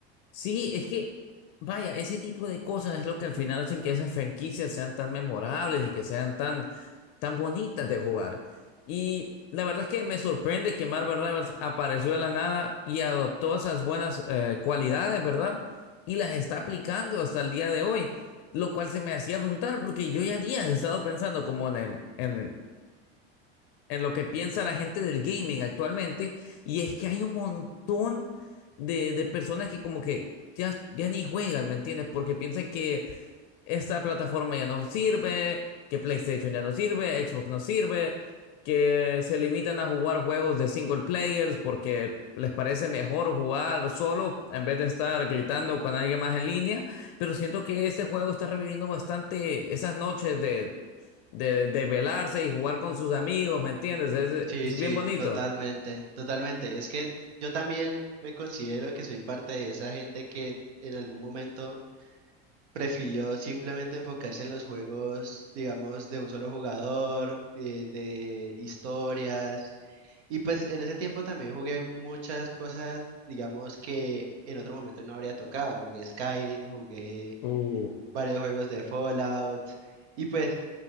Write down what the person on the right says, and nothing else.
Sí,
sí,
totalmente, totalmente. Es que yo también me considero que soy parte de esa gente que en algún momento prefirió simplemente enfocarse en los juegos, digamos, de un solo jugador, eh, de historias Y pues en ese tiempo también jugué muchas cosas, digamos que en otro momento no habría tocado. Jugué Skyrim, jugué
varios juegos de Fallout. Y pues